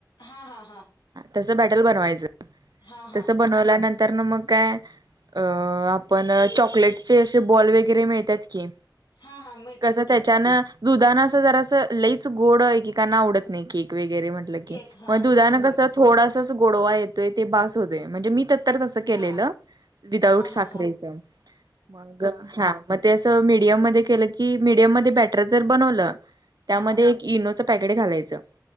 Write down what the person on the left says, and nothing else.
हा हा हा.
हा हा
हा हा मिळतात
की
केक
हा
होय होय
हा
हा
हा हा
हा